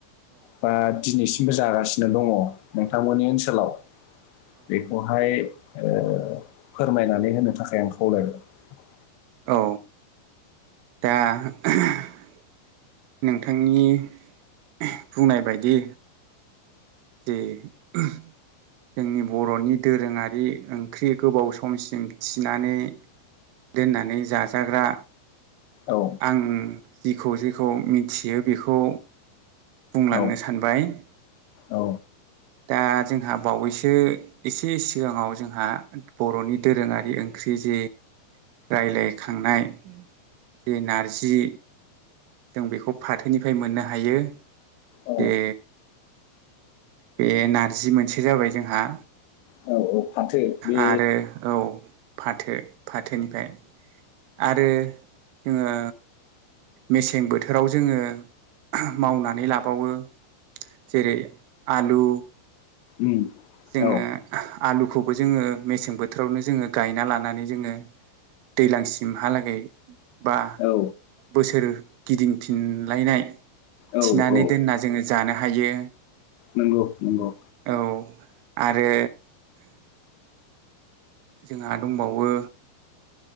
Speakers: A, on the left (about 80°); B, on the right (about 85°).
A: बा दिनैसिमबो जागासिनो दंङ' नोंथांमोननि ओनसोलाव बेखौ ओ फोरमायनानै होनो थाखाय आं खावलायबाय ।
B: औ दा <unintelligible> नोंथांनि <unintelligible> बुंनाय बायदि दे <unintelligible> जोंनि बर'नि दोरोङारि ओंख्रि गोबाव समसिम थिनानै दोननानै जाजाग्रा
A: औ
B: आं जेखौ जेखौ मिथियो बेखौ बुंलांनो
A: औ
B: सानबाय ।
A: औ
B: दा जोंहा बावैसो एसे सिगांङाव जोंहा बर'नि दोरोङारि ओं ओंख्रि जे रायज्लायखांनाय जे नारजि जों बेखौ फाथोनिफ्राय मोननो हायो
A: औ
B: जे बे नारजि मोनसे जाबाय जोंहा
A: औ औ फाथो बे
B: आरो औ फाथो फाथोनिफ्राय आरो जोङो मेसें बोथोराव जोङो मावनानै लाबावो जेरै आलु
A: उम
B: जोङो
A: औ
B: आलुखौबो जोङो मेसें बोथोरावनो जोङो गायना लानानै जोङो दैज्लांसिमहालागै बा
A: औ
B: बोसोर गिदिंफिनलायनाय
A: औ
B: थिनानै
A: औ
B: दोनना जोङो जानो हायो
A: नंगौ नंगौ।
B: औ आरो जोंहा दंबावो